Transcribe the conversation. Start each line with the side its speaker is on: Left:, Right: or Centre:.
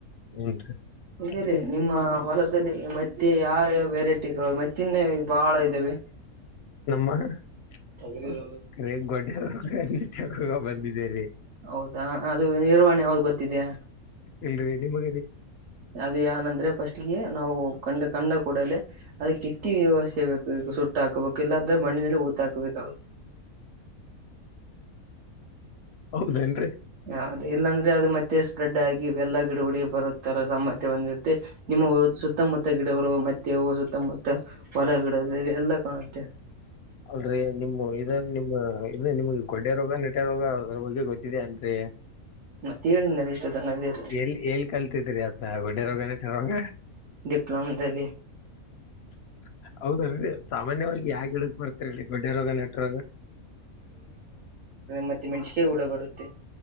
Left: ಹ್ಮ್
Right: ಇದಲ್ಲಿ
Left: ರಿ ನಿಮ್ಮ <inaudible>
Right: ಹೊಲದಲ್ಲಿ ಮತ್ತೆ ಯಾವ ಯಾವ ವೆರೈಟಿಗಳು ಮತ್ತಿನ್ನ ಬಹಳ
Left: ಾಳ
Right: ಇದ್ದಾವೆ
Left: ನಮ್ಮ <unintelligible>
Right: ಹಗಲಿ ಇರುದು.
Left: ರೇ ಗೊಡ್ಡ ರೋಗ ಹಿಟಕಗ್ ಬಂದಿದ್ದೇರಿ.
Right: ಹೌದಾ ಅದು ನಿರ್ವಹಣೆ ಯಾವ್ದ ಗೊತ್ತಿದೆಯಾ.
Left: ಇಲ್ಲರಿ ನಿಮಗ ರಿ
Right: ಅದು ಏನಂದ್ರೆ ಪಫಸ್ಟ್ಗೆ ನಾವು ಕಂಡ ಕಂಡ ಕೂಡಲೆ ಅದ ಕಿತ್ತಿ ವ್ಯವಸೆಯಬೇಕು ಈಗ ಸುಟ್ಟ. ಊಟ ಹಾಕ್ಬೇಕುಲ್ಲ ಅಂದ್ರೆ ಮಣ್ಣನಲ್ಲಿ ಊತ ಹೋತಹಾಕಬೇಕಾಗುತ್ತೆ.
Left: ಹೌದೇನ್ರಿ
Right: ಅದ ಇಲ್ಲಾಂದ್ರೆ ಅದು ಮತ್ತೆ ಸ್ಪ್ರೆಡ್ ಆಗಿ ಎಲ್ಲಾ ಗಿಡಗಳಿಗೆ ಬರುತ್ತಾರ ಸಾಮರ್ಥ್ಯ ಬಂದಿರುತ್ತೆ ನಿಮ್ಮ ಸುತ್ತಮುತ್ತ ಗಿಡಗಳು. ತೆವ ಸುತ್ತಮುತ್ತ ಹೊಲಗಿಡದಲಿ ಎಲ್ಲಾ ಕಾಣುತ್ತೆ.
Left: ಅಲ್ಲೆರಿ ನಿಮ್ಮ ಇದ ನಿಮ್ಮ ಇದ ನಿಮ್ಗೆ ಗೊಡ್ಡ ರೋಗ ನೆಟ ರೋಗ ಅದ್ರ ಬಗ್ಗೆ ಗೊತ್ತಿದೆ ಏನರೀ. ಹ
Right: ಮತ್ತೆ
Left: ಹ್ಮ
Right: ಹೇಳಿದ್ನಲ್ಲ ಇಷ್ಟ ತನಕ
Left: ಎಲ್ಲಿ ಎಲ್ಲಿ ಕಲ್ತಿದ್ರಿ ಅದ ಗೂಡ್ಡರೋಗ ನೆಟ್ಟೆರೋಗ.
Right: ಡಿಪ್ಲೋಮದಲ್ಲಿ.
Left: <inaudible> ಹೌದಲ ಏನರೀ ಸಾಮಾನ್ಯವಾಗಿ ಯಾವ ಗಿಡಕ್ ಬರ್ತರಿರಿ ಗೊಡ್ಡ ರೋಗ ನೆಟ ರೋಗ.
Right: ಮತ್ತ ಮೆಣಸಿಕಾಯ ಕೂಡ ಬರುತ್ತೆ.